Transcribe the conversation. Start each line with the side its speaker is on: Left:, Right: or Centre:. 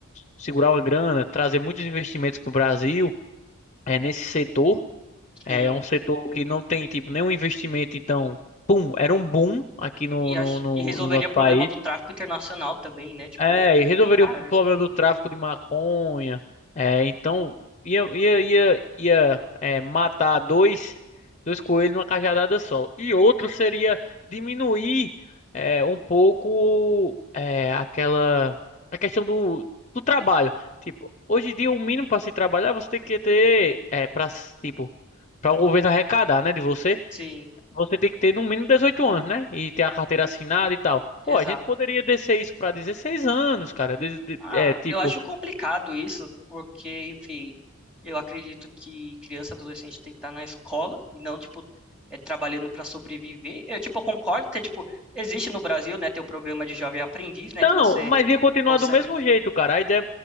Left: segurar uma grana, trazer muitos investimentos para o Brasil, é, nesse setor. É
Centre: sim.
Left: um setor que não tem, tipo, nenhum investimento, então, pum, era um boom aqui no,
Centre: E,
Left: no
Centre: ach-
Left: no-
Centre: e resolveria
Left: no nosso
Centre: o
Left: país.
Centre: problema do tráfico internacional também, né? Tipo,
Left: É, e resolveria
Centre: cara,
Left: o problema do tráfico de maconha. É, então ia, ia, ia, ia é, matar dois, dois coelhos numa cajadada só. E outro seria diminuir é, um pouco é, aquela a questão do, do trabalho. Tipo, hoje em dia o mínimo para se trabalhar é você tem que ter é, para tipo para o governo arrecadar, né, de você
Centre: sim,
Left: você tem que ter no mínimo 18 anos, né? E ter a carteira assinada e tal.
Centre: exato.
Left: Pô, a gente poderia descer isso pra 16 anos, cara. De- de-
Centre: Ah,
Left: é, tipo.
Centre: eu acho complicado isso, porque, enfim, eu acredito que criança e adolescente tem que estar na escola e não, tipo, é, trabalhando para sobreviver. Eu, tipo, eu concordo que, tipo, existe no Brasil, né, ter o programa de jovem aprendiz, né,
Left: Não,
Centre: que você
Left: mas ia continuar
Centre: consegue
Left: do mesmo jeito, cara. A ideia